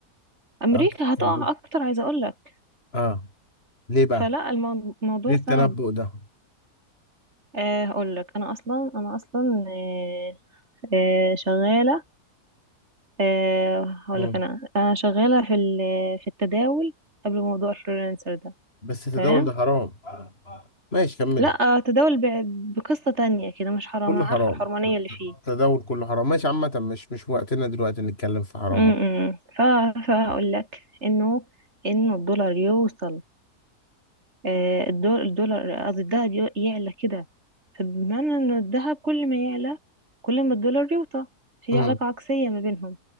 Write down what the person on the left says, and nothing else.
اه اتكلمت.
اه ليه بقى
ليه التنبؤ
ده
مم.
بس التداول
ده حرام ماشي كملي
كله
حرام
التداول كله حرام ماشي عامة مش مش وقتنا دلوقتي نتكلم في حرام
امم